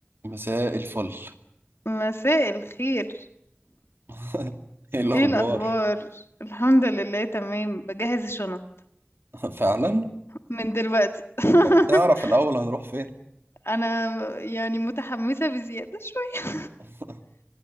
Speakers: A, on the right; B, on the left.
A: مساء الفل
B: مساء الخير
A: <laughs> ايه الاخبار
B: ايه الاخبار الحمد لله تمام بجهز الشنط
A: <laughs> فعلا
B: من دلوقتي <laughs>
A: طب نعرف الاول هنروح فين
B: انا يعني متحمسه بزياده شويه
A: <laughs>